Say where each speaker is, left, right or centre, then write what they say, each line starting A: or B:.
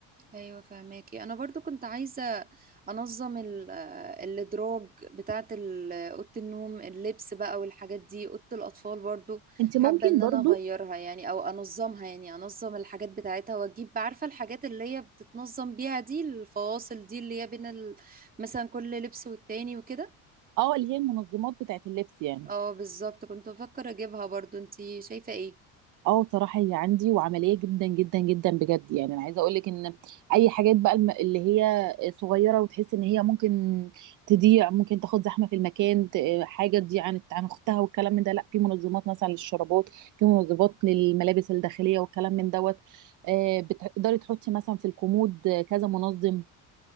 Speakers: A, on the right (about 20°); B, on the right (about 50°).
A: ايوه فهماكي انا برضو كنت عايزه انظم ال- آه، الادراج بتاعه ال- اوضه النوم اللبس بقى والحاجات دي اوضه الاطفال برضو
B: انت ممكن
A: حابه ان
B: برضو
A: انا اغيرها يعني او انظمها يعني انظم الحاجات بتاعتها واجيب عارفه الحاجات اللي هي بتتنظم بيها دي الفواصل دي اللي هي بين ال... مثلا كل لبس والتاني وكده
B: اه اللي هي المنظمات بتاعت اللبس يعني
A: اه بالظبط كنت بفكر اجيبها برضو انتي شايفه ايه
B: اه صراحة هي عندي وعملية جدا جدا جدا بجد يعني انا عايزة اقولك ان اي حاجات بقى الم- اللي هي صغيرة وتحس ان هي ممكن تضيع ممكن تاخد زحمة في المكان ت- حاجة تضيع عن عن اختها والكلام من ده لا في منظمات مثلا للشرابات في منظمات للملابس الداخلية والكلام من دوت آه، بتقدري تحطي مثلا في الكومود كذا منظم